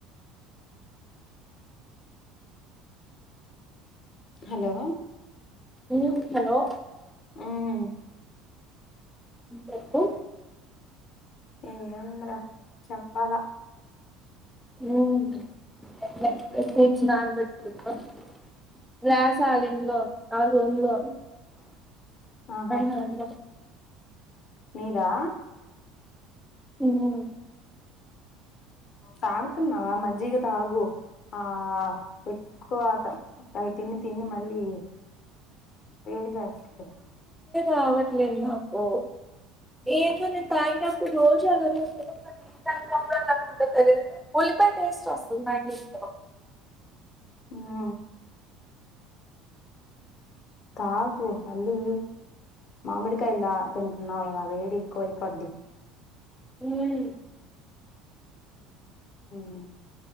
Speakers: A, on the left; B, in the centre.
A: హలో
B: ఉమ్ హలో
A: ఉమ్
B: చెప్పు
A: ఏముంద్రా చెప్పాల
B: <unintelligible> <unintelligible> <unintelligible>
A: ఆహా
B: అయినా అది
A: నీదా
B: ఉమ్
A: తాగుతున్నావా మజ్జిగతాగు ఆ ఎక్కువాత తిని మళ్ళీ వేడి జేస్తది
B: రావట్లేదు నాకు. ఏదో నేను తాగినప్పుడు రోజు అలాగే ఉంటదా మరి నేన్ తాగినప్పుడే అలా ఉంట తెలీదు గానీ ఉల్లిపాయ టేస్ట్ వస్తుంది నాకేంటో
A: హా తాగు మల్లీ మామిడికాయల్ దా తింటున్నావ్ కదా వేడెక్కువైపోద్ది
B: ఉమ్
A: ఉమ్